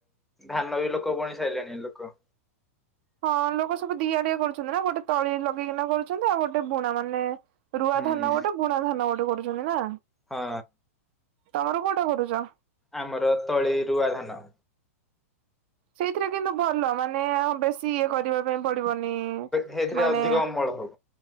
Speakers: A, in the centre; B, on the right (about 45°).
A: ଧାନ ବି ଲୋକ ବୁଣି ସାରିଲାଣି ଲୋକ
B: ହଁ ଲୋକ ସବୁ ଦିଆଡିଆ କରୁଛନ୍ତି ନା ଗୋଟେ ତଳି ଲଗେଇକିନା କରୁଛନ୍ତି ଆଉ ଗୋଟେ ବୁଣା ମାନେ ରୁଆ
A: ହୁଁ
B: ଧାନ ଗୋଟେ ବୁଣା ଧାନ ଗୋଟେ କରୁ ଜମି ନା
A: ହଁ।
B: ତମର କୋଉଟା କରୁଛ?
A: ଆମର ତଳି ରୁଆ ଧାନ
B: ସେଇଥିରେ କିନ୍ତୁ ଭଲ ମାନେ ବେଶୀ ଇଏ କରିବା। ପେଇଁ ପଡିବନି
A: ସେଇଥିରେ
B: ମାନେ
A: ଅଧିକ ଅମଳ ହବ